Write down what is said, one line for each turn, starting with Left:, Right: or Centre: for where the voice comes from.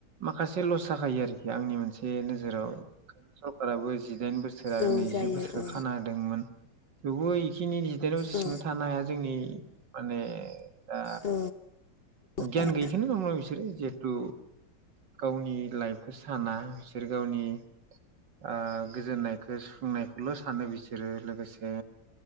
Right: माखासे लस जाखायो आरोखि आंनि मोनसे नोजोराव ओंखायनो सरकाबो जिदाइन बोसोर बोसोर आरो
Left: औ
Right: नैजि
Left: जायो
Right: बोसोरखौ
Left: औ
Right: खाना होदोंमोन <unintelligible>
Left: औ
Right: <unintelligible> थानो हाया जोंनि मानि दा
Left: औ हाया
Right: गियान गैयिखौनो नङा बिसोरो जिहेथु गावनि लाइफखौ साना बिसोर गावनि ओ गोजोननायखौ सुफुंनायखौल' सानो बिसोरो लोगोसे